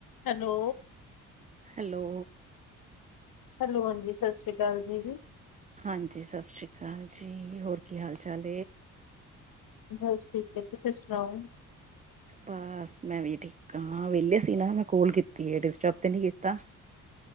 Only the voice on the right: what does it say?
hello
ਹਾਂਜੀ ਸਤਿ ਸ੍ਰੀ ਅਕਾਲ ਜੀ ਹੋਰ ਕੀ ਹਾਲ ਚਾਲ।
ਬਸ ਮੈਂ ਵੀ ਠੀਕ ਹ ਵਿਹਲੇ ਸੀ ਨਾ ਮੈਂ ਕੋਲ ਕੀਤੀ ਹੈ ਡਿਸਟਰਬ ਤੇ ਨੀ ਕੀਤਾ।